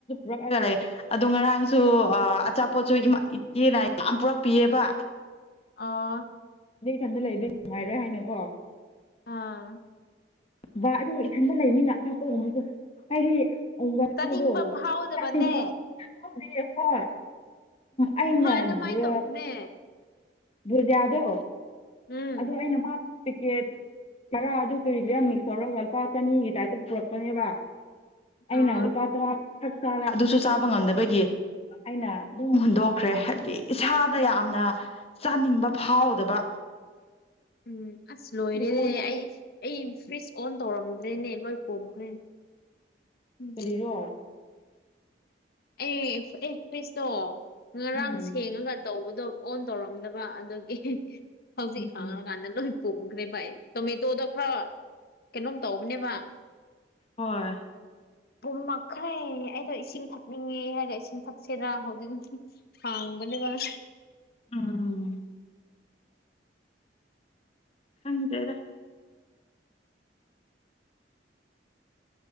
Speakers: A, on the left; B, on the left.
A: ꯔꯛꯑꯒ ꯂꯩ ꯑꯗꯨ ꯉꯔꯥꯡꯁꯨ ꯑꯆꯥꯄꯣꯠꯁꯨ ꯏꯆꯦꯅ ꯌꯥꯝ ꯄꯨꯔꯛꯄꯤꯑꯕ
B: ꯑꯥ
A: ꯑ ꯏꯊꯟꯗ ꯂꯩꯕ ꯅꯨꯡꯉꯥꯏꯔꯣꯏ ꯍꯥꯏꯅꯀꯣ
B: ꯑꯥ
A: ꯕꯥ ꯑꯗꯨꯒ ꯏꯊꯟꯗ ꯂꯩꯅꯤꯅ ꯑꯆꯥꯄꯣꯠꯒꯨꯝꯕꯁꯨ ꯍꯥꯏꯗꯤ ꯋꯥꯁꯗꯣ
B: ꯆꯥꯅꯤꯡꯕ ꯐꯥꯎꯗꯕꯅꯦ
A: ꯆ ꯍ ꯑꯩꯅ
B: ꯍꯣꯏ ꯑꯗꯨꯃꯥꯏꯅ
A: ꯑꯗꯨ
B: ꯇꯧꯕꯅꯦ
A: ꯕꯨꯖꯌꯥꯗꯣ
B: ꯎꯝ
A: ꯑꯣ ꯑꯩꯅ ꯃꯥ ꯤꯀꯦꯠ ꯈꯔ ꯑꯗꯨ ꯀꯩ ꯃꯤꯛꯁ ꯇꯧꯔꯒ ꯂꯨꯄꯥ ꯆꯅꯤꯒꯤ ꯇꯥꯏꯞꯇ ꯄꯨꯔꯛꯄꯅꯦꯕ ꯑꯩꯅ
B: ꯑꯥ
A: ꯂꯨꯄꯥ ꯇꯔꯥ ꯈꯛ ꯆꯥꯔ ꯑꯗꯨꯁꯨ ꯆꯥꯕ ꯉꯝꯗꯕꯒꯤ ꯑꯩꯅ ꯑꯗꯨꯝ ꯍꯨꯟꯗꯣꯛꯈ꯭ꯔꯦ ꯍꯥꯏꯕꯗꯤ ꯏꯁꯥꯗ ꯌꯥꯝꯅ ꯆꯥꯅꯤꯡꯕ ꯐꯥꯎꯗꯕ
B: ꯎꯝ ꯑꯁ ꯂꯣꯏꯔꯦꯦ
A: ꯗꯤ ꯀꯃꯥꯏꯅ ꯇꯧ
B: ꯑꯩ ꯑꯩ ꯁ꯭ꯋꯆ ꯑꯣꯟ ꯇꯧꯔꯝꯗ꯭ꯔꯦꯅꯦ ꯂꯣꯏ ꯄꯣꯝꯈ꯭ꯔꯦ ꯎꯝ
A: ꯐꯔꯤꯔꯣ
B: ꯑꯦ ꯑꯦ ꯀꯔꯤꯁꯅꯣ ꯉꯔꯥꯡ
A: ꯎꯝ
B: ꯁꯦꯡꯉꯒ ꯇꯧꯕ ꯑꯗꯣ ꯑꯣꯟ ꯇꯧꯔꯝꯗꯕ ꯑꯗꯨꯒꯤ ꯍꯧꯖꯤꯛ
A: ꯎꯝ
B: ꯐꯪꯉꯀꯥꯟꯗ ꯂꯣꯏ ꯄꯨꯡꯈ꯭ꯔꯦ ꯚꯥꯏ ꯇꯣꯃꯦꯇꯣꯗꯣ ꯈꯔꯣ ꯀꯩꯅꯣꯝ ꯇꯧꯕꯅꯦꯕ
A: ꯍꯣꯏ
B: ꯄꯨꯝꯃꯛꯈ꯭ꯔꯦ ꯑꯩꯗꯣ ꯏꯁꯤꯡ ꯊ ꯆꯛꯅꯤꯡꯉꯦ ꯍꯥꯏꯔꯦ ꯏꯁꯤꯡ ꯊꯛꯁꯤꯦꯔ ꯍꯧꯖꯤꯛ ꯍꯥꯡꯕꯅꯦꯕ
A: ꯎꯝ ꯍꯪꯗꯦꯗ